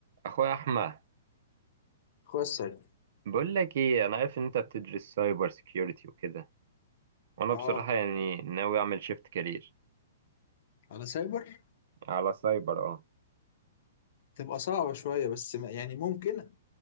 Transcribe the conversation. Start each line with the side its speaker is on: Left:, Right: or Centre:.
Right: اخويا احمد
Left: اخويا السايبر
Right: بقول لك ايه انا عارف ان انت بتدرس سايبر سيكيورتي وكده وانا
Left: اه
Right: بصراحه يعني ناوي اعمل شيفت كارير
Left: على سايبر
Right: على سايبر اه
Left: تبقى صعبة شوية بس ما يعني ممكن